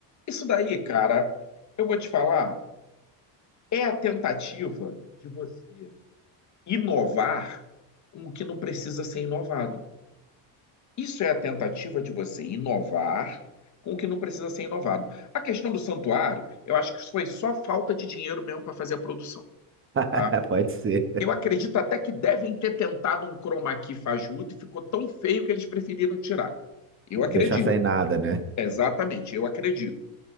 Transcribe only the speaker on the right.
<laughs>
Pode ser.
Deixar sem nada, né?